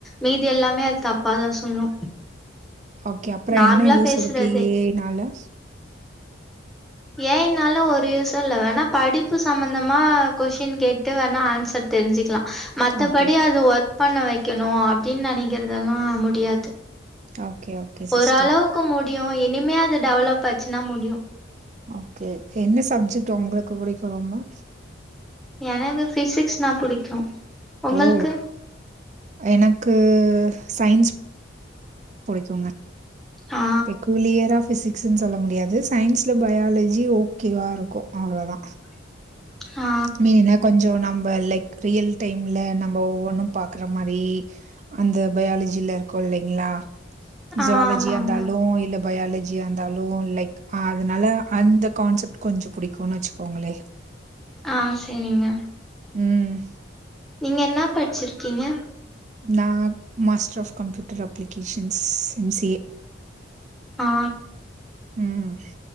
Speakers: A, in the centre; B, on the right.
A: மீதி எல்லாமே அது தப்பாதா சொல்லு
B: ஓகே அப்புற
A: நார்மலா
B: என்ன யூஸ்
A: பேசுறதே
B: இருக்கு ஏஐ னால
A: ஏஐ ன்னால ஒரு யூஸு இல்ல வேணா படிப்பு சம்பந்தமா கொஷின் கேட்டு வேணா ஆன்சர் தெரிஞ்சுக்கலா மத்தபடி
B: ஓகே
A: அது ஒர்க் பண்ண வைக்கணு அப்டின்னு நினைக்கிறதெல்லா முடியாது
B: ஓகே ஓகே சிஸ்டர்
A: ஓரளவுக்கு முடியு இனிமே அது டெவலப் ஆச்சுன்னா முடியு
B: ஓகே என்ன சப்ஜெக்ட் உங்களுக்கு புடிக்கு ரொம்ப
A: எனக்கு பிசிக்ஸ் நா புடிக்கு உங்களுக்கு
B: ஓ எனக்கு சயின்ஸ் புடிக்கோங்க
A: ஆ
B: கிலியரா பிசிக்ஸ்ன்னு சொல்ல முடியாது சயின்ஸ்ல பயாலஜி ஓகேவா இருக்கு அவ்ளதா
A: <unintelligible> ஆ
B: மீன் என்னா கொஞ்ச நம்ம லைக் ரியல் டைம்ல நம்ம ஒவ்வொன்னு பாக்குற மாரி அந்த பயாலஜில இருக்கு இல்லைங்களா
A: ஆ
B: ஜுவாலஜி
A: ஆமாங்க
B: இருந்தாலு இல்ல பயாலஜி இருந்தாலு லைக் ஆ அதனால அந்த கான்செப்ட் கொஞ்ச புடிக்கும்ன்னு வச்சுக்கோங்களே
A: ஆ சேரிங்க
B: ம்
A: நீங்க என்ன படிச்சிருக்கீங்க
B: நா master of computer applications MCA
A: ஆ
B: ம்